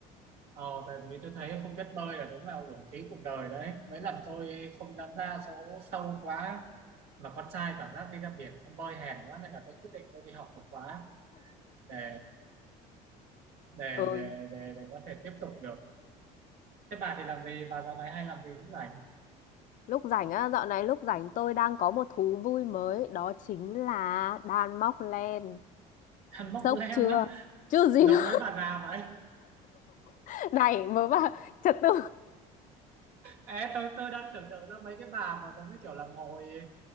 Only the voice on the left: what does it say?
Ừ,
lúc rảnh á, dạo này lúc rảnh tôi đang có một thú vui mới, đó chính là đan móc len.
Sốc
chưa?
Chứ gì
nữa.
<laughs> Này, mới bảo trật tự.